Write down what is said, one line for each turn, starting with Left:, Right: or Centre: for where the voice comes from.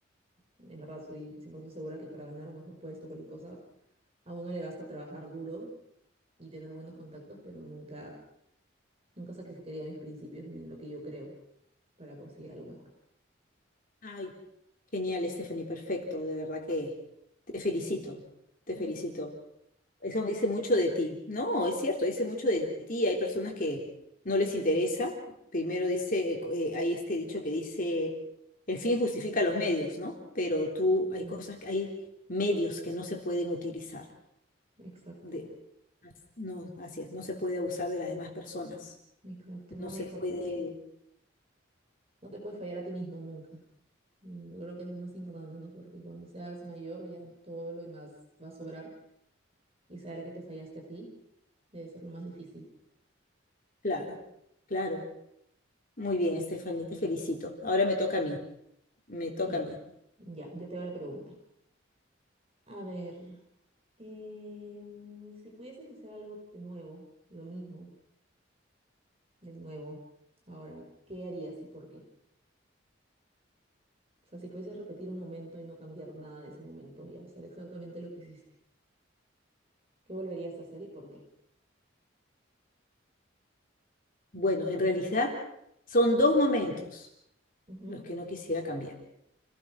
Right: en verdad soy 100% segura que para ganar un mejor puesto, cualquier cosa, a uno le basta trabajar duro y tener buenos contactos, pero nunca, nunca sacrificaría mis principios ni en lo que yo creo para conseguir algo mejor.
Left: Ay, genial, Stephanie, perfecto. De verdad que te felicito, te
Right: <laughs>
Left: felicito. Eso dice mucho de ti. No, es cierto, dice mucho de ti. Hay personas que no les interesa. Primero dice, eh, hay este dicho que dice, el fin justifica los medios, ¿no? Pero tú, hay
Right: Sí,
Left: cosas, que- hay medios que no se pueden utilizar.
Right: exacto,
Left: De, as- no, así es, no se puede abusar de las demás personas.
Right: exacto. No,
Left: No se
Right: y aparte
Left: puede,
Right: que no te puedes fallar a ti mismo nunca. Y yo creo que es lo más importante, ¿no? Porque cuando seas mayor ya todo lo demás va a sobrar y saber que te fallaste a ti debe ser lo más difícil.
Left: claro, claro. Muy bien, Stephanie, te felicito. Ahora me toca a mí. Me toca
Right: Sí.
Left: a mí.
Right: Ya, yo te hago la pregunta. A ver, em, si pudieses hacer algo de nuevo, lo mismo, de nuevo, ahora, ¿qué harías y por qué? O sea, si pudieses repetir un momento y no cambiar nada de ese momento y hacer exactamente lo que hiciste, ¿qué volverías a hacer y por qué?
Left: Bueno, en realidad son dos momentos
Right: Ujú,
Left: los que no quisiera cambiar